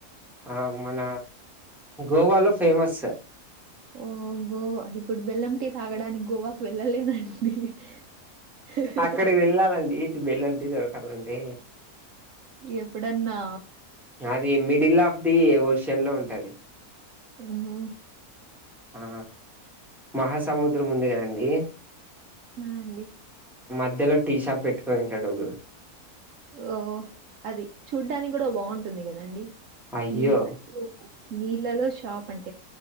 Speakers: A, in the centre; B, on the right.
A: ఆ మన గోవాలో ఫేమస్.
B: ఓ గోవా ఇప్పుడు బెల్లం టీ తాగడానికి గోవాకు వెళ్ళలేను అండి <inaudible>
A: అక్కడికి వెళ్ళాలండి ఇటు బెల్లం టీ దొరకాల అంటే
B: ఎప్పుడన్నా
A: అది మిడిల్ ఆఫ్ ది ఓషియన్ లో ఉంటుది.
B: మ్ హూ
A: ఆ మహాసముద్రం ఉంది కదండీ
B: ఆ అండి
A: మధ్యలో టీ షాప్ పెట్టుకాని ఉంటాడు ఒకరు
B: ఓ అది చూడ్డానికి కూడా బాగుంటుంది కదండి
A: అయ్యో
B: నీళ్ళ నీళ్లలో షాప్ అంటా